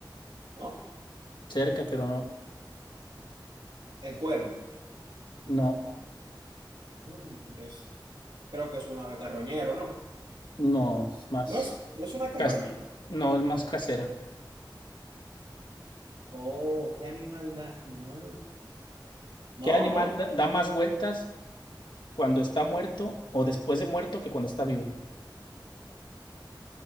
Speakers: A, on the right; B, on the left.
A: ¿no?
B: cerca, pero no.
A: El cuervo.
B: No,
A: No, entonces, creo que es un ave carroñero, ¿no?
B: no, es más.
A: No es, no es una carroña.
B: cas- no, es más casera.
A: Oh, ¿qué animal da? No, no,
B: ¿Qué animal
A: no.
B: da da más vueltas cuando está muerto o después de muerto que cuando está vivo?